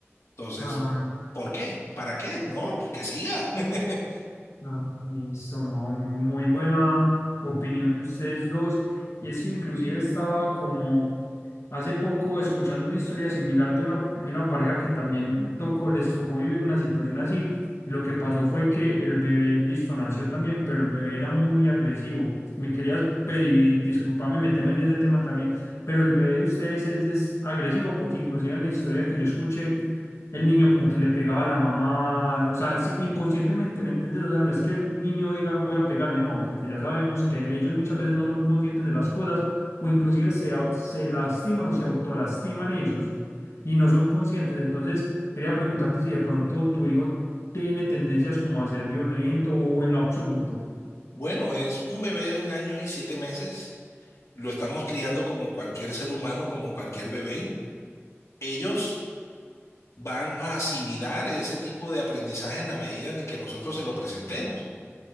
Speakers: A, on the left (about 80°); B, on the left (about 70°).
A: Entonces,
B: Ah,
A: ¿por qué? ¿Para qué? No, que siga. <laughs>
B: ah, listo, no, muy buena opinión de ustedes dos. Y es que inclusive estaba como Hace poco, escuchando una historia similar de una, de una pareja que también tocó, les tocó vivir una situación así, y lo que pasó fue que el bebé, listo, nació también, pero el bebé era muy agresivo. Me querías pedir, disculpame, meterme en ese tema también, pero el bebé de ustedes es, es agresivo, porque inclusive en la historia que yo escuché, el niño como que le pegaba a la mamá, o sea, sí, inconscientemente, ¿me entiendes? O sea, no es que el niño diga voy a pegarle, no, porque ya sabemos que ellos muchas veces no son conscientes de las cosas o inclusive se, se lastiman o se autolastiman ellos y no son conscientes. Entonces, quería preguntarte si de pronto tu hijo tiene tendencias como a ser violento o en lo absoluto.
A: bueno, es un bebé de un año y siete meses. Lo estamos criando como cualquier ser humano, como cualquier bebé. Ellos van a asimilar ese tipo de aprendizaje en la medida en que nosotros se lo presentemos.